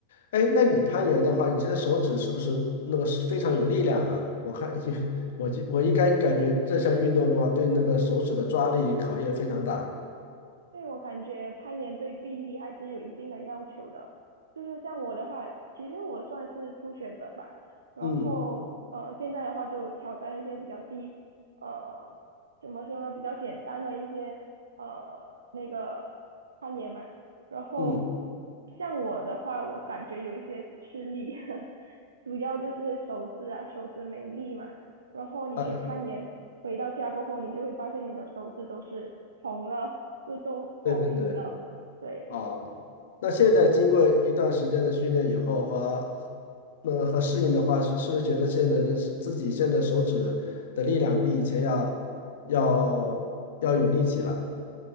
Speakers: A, on the left (about 60°); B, on the right (about 70°).
A: 哎，那你攀岩的话，你现在手指是不是那个是非常有力量啊？我看，<laughs> 因为我就我应该感觉这项运动的话，对那个手指的抓力考验非常大。
B: 对，我感觉攀岩对臂力还是有一定的要求的。就是像我的话，其实我算是初学者吧。然后呃，
A: 嗯
B: 现在的话就挑战一些比较低，呃，怎么说呢，比较简单的一些呃那个攀岩嘛。然后像我的话，
A: 嗯
B: 我感觉有一些吃力，<laughs> 主要就是手指啊，手指没力嘛。然后你去攀岩。
A: 嗯。
B: 回到家过后，你就会发现你的手指都是红了，就都破皮了。
A: 对对对，
B: 对，
A: 啊，那现在经过一段时间的训练以后和那个和适应的话，是不是觉得现在的自己现在手指的力量比以前要要要有力气了？